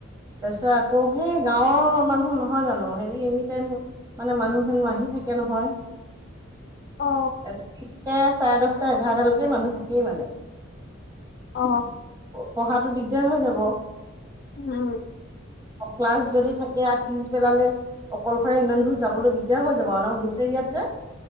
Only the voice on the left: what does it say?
অ
অ'হ।
উ'ম।